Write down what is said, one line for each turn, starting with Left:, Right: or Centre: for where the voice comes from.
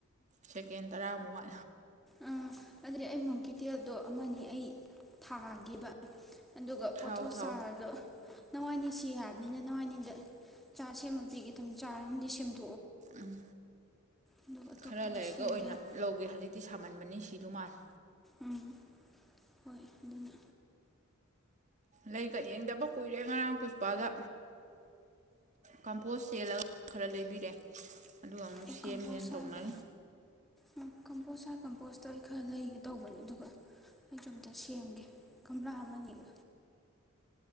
Right: ꯁꯦꯀꯦꯟ ꯇꯔꯥꯃꯨꯛ ꯋꯥꯠ
Centre: ꯑꯥ ꯑꯗꯨꯗꯤ ꯑꯩ ꯃꯣꯡꯀꯤꯇꯦꯜꯗꯣ ꯑꯃꯥ ꯑꯅꯤ ꯑꯩ ꯊꯥꯒꯦꯕꯥ ꯑꯗꯨꯒ
Right: ꯊꯥꯎ
Centre: ꯄꯣꯠꯊꯣꯛ
Right: ꯊꯥꯎ
Centre: ꯆꯥꯔꯗꯣ ꯅꯋꯥꯅꯤꯁꯤ ꯍꯥꯏꯕꯅꯤꯅ ꯅꯋꯥꯏꯅꯤꯗ ꯆꯥ ꯁꯦꯝꯃ ꯄꯤꯒꯦ ꯇꯧꯅꯤ ꯆꯥꯔ ꯑꯃꯗꯤ ꯁꯦꯝꯛꯑꯣ
Right: ꯎꯝ
Centre: ꯑꯗꯨꯒ ꯑꯇꯣꯞꯄꯒ
Right: ꯈꯔ ꯂꯩꯔꯒ
Centre: ꯁꯦꯝꯒꯦꯅ
Right: ꯑꯣꯏꯅ ꯂꯧꯒꯦ ꯍꯧꯖꯤꯛꯇꯤ ꯁꯥꯃꯟꯕꯅꯤ ꯐꯤꯗꯨꯃꯥꯂꯦ
Centre: ꯎꯝ ꯍꯣꯏ ꯑꯗꯨꯅ
Right: ꯂꯩꯒ ꯌꯦꯡꯗꯕ ꯀꯨꯏꯔꯦ ꯉꯔꯥꯡ ꯄꯨꯂꯄꯥꯗ ꯀꯝꯄꯣꯁ ꯆꯦꯜꯂꯒ ꯈꯔ ꯂꯩꯕꯤ ꯕꯤꯔꯦ ꯑꯗꯨꯒ ꯑꯃꯨꯛ
Centre: ꯑꯦ
Right: ꯁꯦꯝꯖꯦ
Centre: ꯀꯝꯄꯣꯁ ꯁꯥꯒ
Right: ꯇꯧꯅꯔꯤ
Centre: ꯎꯝ ꯀꯝꯄꯣꯁ ꯍꯥꯏꯔ ꯀꯝꯄꯣꯁꯇꯣ ꯑꯩ ꯈꯔ ꯂꯩꯒꯦ ꯇꯧꯕꯅꯦ ꯑꯗꯨꯒ ꯑꯩꯖꯣꯝꯗ ꯁꯦꯝꯒꯦ ꯒꯝꯂ ꯑꯃꯅꯤꯒ